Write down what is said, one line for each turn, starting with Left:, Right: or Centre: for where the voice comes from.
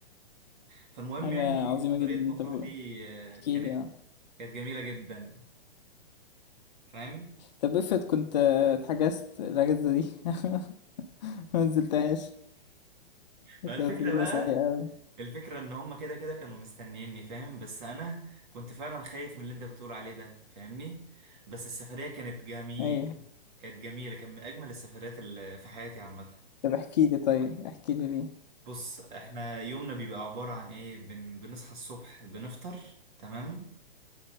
Right: فالمهم
Left: حاجة
Right: يعني
Left: عظيمة
Right: سفرية
Left: جدا
Right: مطروح
Left: طب
Right: دي آه،
Left: احكي
Right: كانت
Left: لي اه
Right: كانت جميلة جدا فاهم
Left: طب افرض كنت اتحجزت الاجازة دي <laughs> ما نزلتهاش كانت
Right: ما الفكرة
Left: تجربة
Right: بقى
Left: سيئة اوي
Right: الفكرة ان هما كده كده كانوا مستنييني فاهم بس انا كنت فعلا خايف من اللي انت بتقول عليه ده فاهمني بس السفرية كانت جميل
Left: ايوه
Right: كانت جميلة كان من اجمل السفريات اللي في حياتي عامة
Left: طب احكي لي طيب احكي لي ليه
Right: بص احنا يومنا بيبقى عبارة عن ايه بن... بنصحى الصبح بنفطر تمام